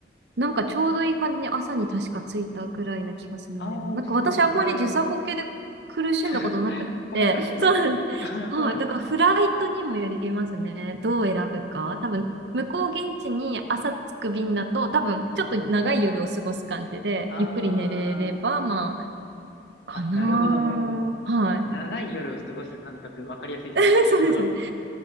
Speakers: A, on the right; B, on the left.
A: なんかちょうどいい感じに朝に確か着いたぐらいな気がするんだよな。
B: ああ、
A: なんか私あんまり時差ボケで苦しんだことなくって、
B: そんぐらいの <laughs> 困ったことないですかあ
A: <laughs> そうなんです。はい。
B: <laughs> そうなんですね。
A: だからフライトにもよりますね。どう選ぶか。
B: はいはい。
A: 多分、向こう現地に朝着く便だと、多分、
B: あ
A: ちょっと長い夜を過ごす感じで、
B: あー、
A: ゆっくり寝れれば、まあ、かなー。
B: あ、なるほど、なるほど。
A: はい。
B: 長い夜を過ごす感覚、わかりやすいですね。
A: <laughs>
B: なるほど。
A: そうです。